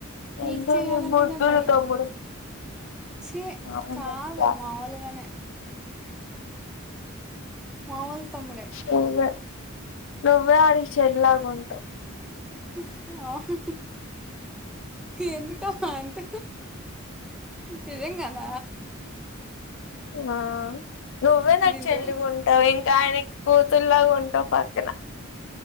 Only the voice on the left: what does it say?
ఎంతో
నీ బుద్ధులు
తమ్ముడు
అవునులెక్క
నువ్వే నువ్వే వాడికి చెల్లిలాగుంటావ్
ఆ నువ్వే
చెల్లిగా
ఉంటావు ఇంకా ఆయనకి కూతుల్లాగా ఉంటావు పక్కన